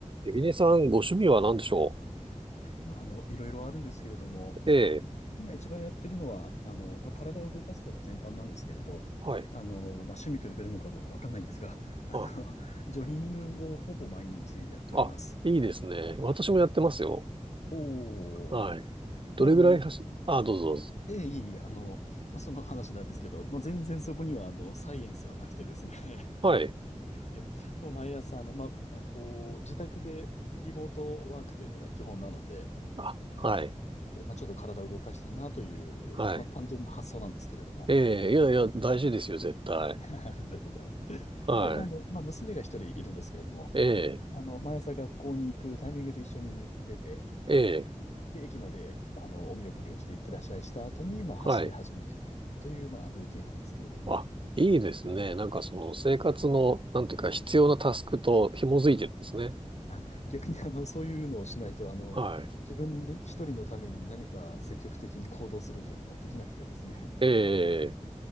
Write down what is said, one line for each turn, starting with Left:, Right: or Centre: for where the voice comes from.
Right: エビネさん、ご趣味は何でしょ
Left: まあ、あの、いろいろあるんですけれども、
Right: うええ、
Left: まあ、今一番やってるのは、あの、まあ、体を動かすこと全般なんですけれど、
Right: はい。
Left: あの、まあ、趣味と呼べるのかどうかわかんないんですが、<laughs> あの、
Right: あ、
Left: ジョギングをほぼ毎日やっております。
Right: あ、いいですね。私もやってますよ。
Left: おお、
Right: はい。どれぐらい走、
Left: まあ、あの、
Right: あ、どうぞどうぞ。
Left: ええ、いえいえ、あの、まあ、その話なんですけど、まあ、全然そこには、あの、サイエンスはなくてですね、
Right: はい。
Left: <laughs> えもう毎朝、あの、まあ、こう、自宅でリモートワークというのが基本なので、
Right: あ、はい。
Left: えー、まあ、ちょっと体を動かしたいなという、
Right: はい。
Left: まあ、単純な発想なんですけれども。
Right: ええ、いやいや、大事ですよ、絶対。
Left: <laughs> ありがとうございます。
Right: はい。
Left: で、まあ、あの、まあ、娘が一人いるんですけれども、
Right: ええ、
Left: あの、毎朝学校に行くタイミングで一緒に出て、
Right: ええ、
Left: で、で駅まで、あの、お見送りをして行ってらっしゃいした後に、まあ、走り始めるという、
Right: はい。
Left: まあ、ルーティンなんですけれども、
Right: あ、いいですね。なんかその生活の、なんていうか、必要なタスクと紐づいてるんですね。
Left: <laughs> 逆に、あの、そういうのをしないと、あの、
Right: はい。
Left: 自分一人のために何か積極的に行動するというのができなくてですね。
Right: ええ、